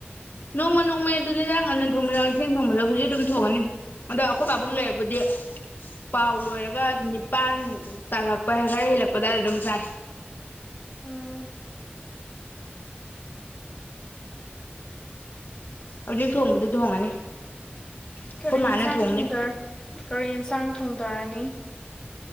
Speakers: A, on the left (about 55°); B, on the left (about 20°).
A: ꯅꯣꯡꯃ ꯅꯣꯡꯃꯩ ꯑꯗꯨꯅꯤꯗꯥꯥꯡ ꯉꯟꯅ ꯊꯣꯡꯕꯗ ꯏꯊꯦꯡ ꯊꯣꯡꯕꯗ ꯍꯧꯖꯤꯛ ꯑꯗꯨꯝ ꯊꯣꯡꯉꯅꯤ ꯑꯗꯣ ꯑꯩꯈꯣꯏ ꯄꯥꯕꯨꯡ ꯂꯩꯔꯕꯨꯗꯤ ꯄꯥꯎ ꯂꯣꯏꯔꯒ ꯅꯤꯄꯜ ꯇꯥꯔꯛꯄ ꯈꯔ ꯍꯦꯜꯂꯛꯄ ꯑꯗꯨꯋꯥꯏꯗ ꯑꯗꯨꯝ ꯆꯥꯏ
B: ꯎꯝ
A: ꯍꯧꯖꯤꯛ ꯊꯣꯡꯕꯗꯤ ꯊꯣꯡꯉꯅꯤ ꯑꯩꯈꯣꯏ
B: ꯀꯔꯤ
A: ꯃꯥꯅ
B: ꯌꯦꯟꯁꯥꯡ
A: ꯊꯣꯡꯅꯤ
B: ꯊꯣꯡꯗꯔ ꯀꯔꯤ ꯌꯦꯟꯁꯥꯡ ꯊꯣꯡꯊꯔꯅꯤ